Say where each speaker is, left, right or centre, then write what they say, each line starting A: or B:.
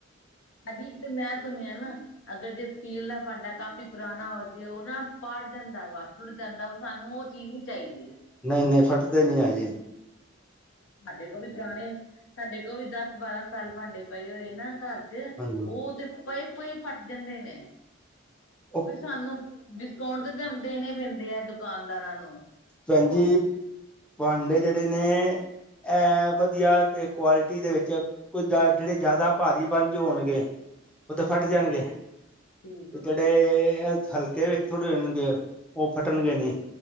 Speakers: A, on the left; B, in the centre.
A: ਏ ਵੀ ਇੱਕ ਤੇ ਮੈਂ ਸੁਣਿਆ ਨਾ। ਅਗਰ ਜੇ ਸਟੀਲ ਦਾ ਪਾਂਡਾ ਕਾਫ਼ੀ ਪੁਰਾਣਾ ਹੋ, ਜੇ ਓ ਨਾ ਪਾੜ ਜਾਂਦਾ ਵਾ। ਤੁੜ ਜਾਂਦਾ ਵਾ, ਸਾਨੂੰ ਉਹ ਚੀਜ਼ ਨੀ ਚਾਹੀਦੀ।
B: ਨਈ -ਨਈ ਫਟਦੇ ਨਈ ਹੈ ਜੀ।
A: ਸਾਡੇ ਕੋਲ ਵੀ ਪੁਰਾਣੇ, ਸਾਡੇ ਕੋਲ ਵੀ ਦਸ-ਬਾਰਾਂ ਸਾਲ ਪਾਂਡੇ ਪਏ ਹੋਏ ਨਾ ਘਰ।
B: ਹਾਂਜੀ
A: ਓ ਤੇ ਪਏ-ਪਏ ਫੱਟ ਜਾਂਦੇ ਨੇ।
B: ਉਹ
A: ਫੇਰ ਸਾਨੂੰ ਡਿਸਕਾਊਂਟ ਤੇ ਦੇਣੇ ਪੈਂਦੇ ਆ, ਦੁਕਾਨਦਾਰਾਂ ਨੂੰ।
B: ਪੈਣ ਜੀ, ਪਾਂਡੇ ਜਿਹੜੇ ਨੇ। ਐ ਵਧੀਆ ਤੇ ਕੁਆਲਿਟੀ ਦੇ ਵਿੱਚ। ਕੋਝ ਜਿਹੜੇ ਜ਼ਿਆਦਾ ਭਾਰੀ ਬਣ ਚ ਹੋਣਗੇ। ਉਹਤੇ
A: ਹਾਂਜੀ
B: ਫਟ ਜਾਣਗੇ
A: ਠੀਕ ਹੈ
B: ਤੇ। ਤੇ ਹਲਕੇ ਵਿੱਚ ਥੋੜੇ ਹੋ ਜਣਗੇ ਉਹ ਫਟਣਗੇ ਨੀ।